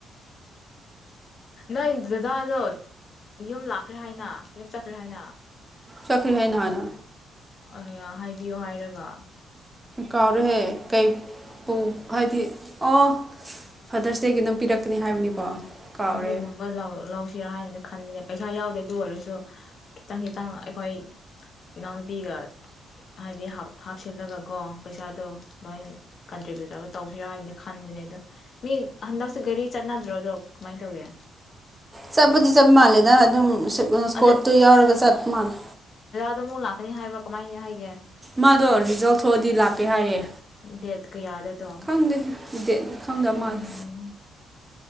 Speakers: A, on the left; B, on the right.
A: ꯅꯣꯏ ꯗꯗꯥꯗꯣ ꯌꯨꯝ ꯂꯥꯛꯈ꯭ꯔꯦ ꯍꯥꯏꯅ ꯌꯨꯝ ꯆꯠꯈ꯭ꯔꯦ ꯍꯥꯏꯅ
B: ꯆꯠꯈ꯭ꯔꯦ ꯍꯥꯏ ꯅꯍꯥꯟꯅ
A: ꯑꯩꯌꯥ ꯍꯥꯏꯕꯤꯌꯣ ꯍꯥꯏꯔꯒ
B: ꯀꯥꯎꯔꯨꯍꯦ ꯀꯩ ꯄꯨ ꯍꯥꯏꯗꯤ ꯑꯣ ꯐꯥꯗꯔꯁ ꯗꯦꯒꯤ ꯅꯪ ꯄꯤꯔꯛꯀꯅꯤ ꯍꯥꯏꯕꯅꯤꯀꯣ
A: ꯎꯝ
B: ꯀꯥꯎꯔꯦ
A: ꯑꯗꯨꯒꯨꯝꯕ ꯂꯧ ꯂꯧꯁꯤꯔ ꯍꯥꯏꯅ ꯈꯟꯕꯅꯦ ꯄꯩꯁꯥ ꯌꯥꯎꯗꯦ ꯑꯗꯨ ꯑꯣꯏꯔꯁꯨ ꯈꯤꯇꯪ ꯈꯤꯇꯪ ꯑꯩꯈꯣꯏ ꯏꯅꯥꯎꯅꯨꯄꯤꯒ ꯍꯥꯏꯗꯤ ꯍꯥꯞ ꯍꯥꯞꯆꯤꯜꯂꯒꯀꯣ ꯄꯩꯁꯥꯗꯣ ꯃꯥꯏ ꯀꯟꯇ꯭ꯔꯦꯛꯇꯥ ꯊꯕꯛ ꯇꯧꯁꯤꯔꯥ ꯍꯥꯏꯅꯗꯤ ꯈꯟꯕꯅꯦꯑꯗꯣ ꯃꯤ ꯍꯟꯗꯛꯁꯦ ꯒꯥꯔꯤ ꯆꯠꯅꯗ꯭ꯔꯣ ꯑꯗꯨꯝ ꯀꯃꯥꯏ ꯇꯧꯒꯦ
B: ꯆꯠꯄꯗꯤ ꯆꯠ ꯃꯥꯜꯂꯦꯗ ꯑꯗꯨꯝ ꯆꯠ ꯁꯀꯣꯠꯇꯨ
A: ꯑꯗ
B: ꯌꯥꯎꯔꯒ ꯆꯠ ꯃꯥꯥꯟꯂꯦ
A: ꯑꯗꯨ ꯑꯃꯨꯛ ꯂꯥꯛꯀꯅꯤ ꯍꯥꯏꯕ꯭ꯔꯣ ꯀꯃꯥꯏꯅ ꯍꯥꯏꯒꯦ
B: ꯃꯥꯗꯣ ꯔꯤꯖꯜ ꯊꯣꯛꯑꯗꯤ ꯂꯥꯛꯀꯦ ꯍꯥꯏꯌꯦ
A: ꯗꯦꯠ ꯀꯌꯥꯗꯗꯣ
B: ꯈꯪꯗꯦ ꯗꯦꯠ ꯈꯪꯗ ꯃꯥꯂꯦ
A: ꯎꯝ